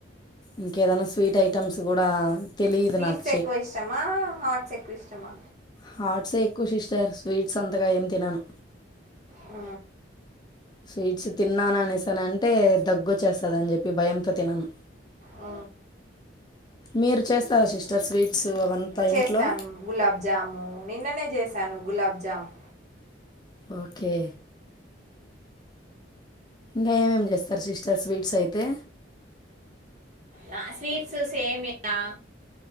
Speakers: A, on the left; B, on the right.
A: ఇంకేదైనా స్వీట్ ఐటమ్స్ కూడా తెలియదు
B: స్వీట్స్
A: నాకు
B: ఎక్కువ ఇష్టమా హార్ట్స్ ఎక్కువ ఇష్టమా
A: హార్ట్సే ఎక్కువ సిస్టర్ స్వీట్స్ అంతగా ఏం తినమ్
B: ఆ
A: స్వీట్స్ తిన్నాను అనేసాను అంటే దగ్గు చేస్తుందిని చెప్పి భయంతో తినము
B: ఆ
A: మీరు చేస్తారా సిస్టర్ స్వీట్స్ అవంతా
B: చేస్తాను
A: ఇంట్లో
B: గులాబ్జాము నిన్ననే చేశాను గులాబ్జాము
A: ఓకే ఇంకా ఏమేమి చేస్తారు సిస్టర్ స్వీట్స్ అయితే
B: నా స్వీట్స్ సేమియా